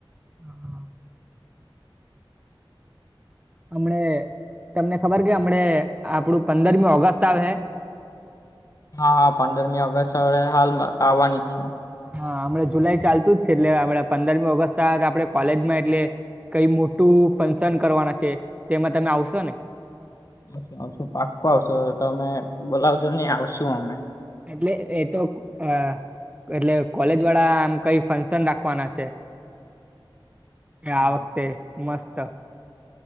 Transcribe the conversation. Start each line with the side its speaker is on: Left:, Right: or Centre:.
Right: હા. હમણા તમને ખબર કે હમણા આપડું પંદરમી ઓગસ્ટ આવે હ.
Left: હા હા પંદરમી ઓગસ્ટ હવે હાલમાં આવવાની જ છે.
Right: હ હમણાં જુલાઈ ચાલતું જ છે એટલે આપડા પંદરમી ઓગસ્ટ આપડે કોલેજમાં એટલે કઈ મોટું ફંક્શન કરવાના છે તેમાં તમે આવશો ને?
Left: આવશુ આવશું પાકો આવશો તમે બોલાવજો ને આવશું અમે.
Right: એટલે એ તો આ એટલે કોલેજ વાળા આમ કઈ ફંક્શન રાખવાના છે.
Left: <inaudible> હા.
Right: આ વખતે મસ્ત